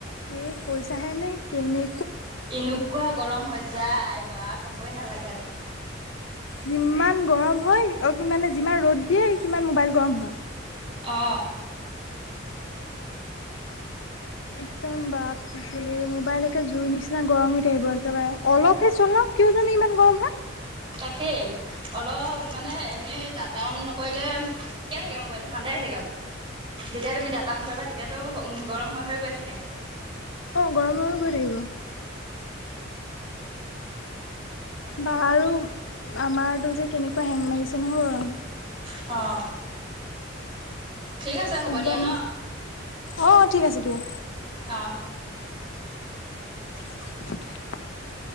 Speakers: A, on the left; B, on the right.
A: এ কৈছাহে নে কেনে
B: এনেকুৱা গৰম হৈ যায় বা ক'বই নালাগে আৰু
A: যিমান গৰম হয় অ মানে যিমান ৰ'দ দিয়ে সিমান মোবাইল গৰম হয়।
B: অ।
A: একদম বাপ ৰে মোবাইলকে জুই নিচিনা গৰম হৈ থাকিব একেবাৰে অলপহে চলাও কিয় জানো ইমান গৰম হয়।
B: তাকেই অলপ মানে এনেই দা কাম নকৰিলে ঠিকে থাকে মোবাইলটো ঠাণ্ডাই থাকে, অলপ যেতিয়া তুমি দাত অন কৰিবা তেতিয়াতো গৰম হৈ হৈ গৈ থাকে।
A: অ গৰম হৈ হৈ গৈ থাকিব। বা আৰু আমাতো যে কেনেকুৱা হেং মাৰিছে নহয়
B: অ ঠিক আছে হ'ব
A: একদম
B: দিয়া ন
A: অ ঠিক আছে দিয়া।
B: অঁ
A: <unintelligible>